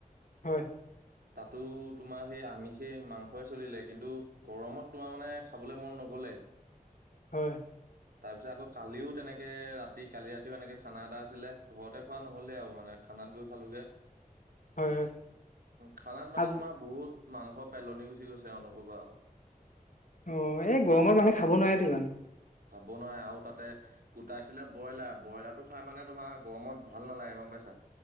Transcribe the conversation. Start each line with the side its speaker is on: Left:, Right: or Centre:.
Left: হয়,
Right: তাতো তোমাৰ সেই আমিষেই মাংসয়ে চলিলে, কিন্তু গৰমত তোমাৰ মানে খাবলৈ মন নগলে।
Left: হয়,
Right: তাৰপিছত আকৌ কালিও তেনেকে ৰাতি কালি ৰাতিও এনেকে খানা এটা আছিলে, ঘৰতে খোৱা নহ'লেও মানে। খানাত গৈ খালোঁগে।
Left: হয়, হয়।
Right: খানাত মানে
Left: আজি
Right: তোমাৰ বহুত মাংস পেলনি গুচি গৈছে আও নক'বা আও।
Left: অ এই গৰমৰ মানুহে খাব নোৱাতো ইমান।
Right: খাব নোৱাৰে আৰু তাতে - কোটাইছিলে ব্ৰইলাৰ ব্ৰইলাৰটো খাই মানে তোমাৰ গৰমত ভাল নালাগে গম পাইছা।